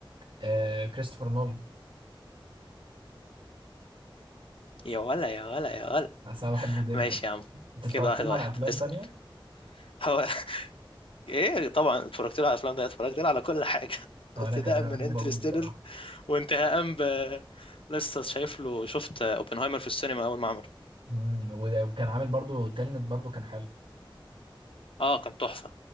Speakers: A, on the right; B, on the left.
A: آه كريستوفر نولان
B: يا ولا يا ولا يا ولا
A: أصل انا بحبه جدا
B: ماشي يا عم
A: انت اتفرجت
B: كده واحد
A: له
B: واحد
A: على افلام
B: اسأل
A: تانية
B: هو <laughs> ايه طبعا اتفرجت له على الافلام ده اتفرجت له على كل حاجه <laughs>
A: وانا
B: ابتداء
A: كمان أنا
B: من
A: بحبه
B: انترستيلر
A: قوي بصراحة
B: وانتهاء ب لسه شايف له شفت اوبنهايمر في السينما اول ما عمله
A: مم، و- وكان عامل برضو تلنت برضو كان حلو
B: اه كان تحفه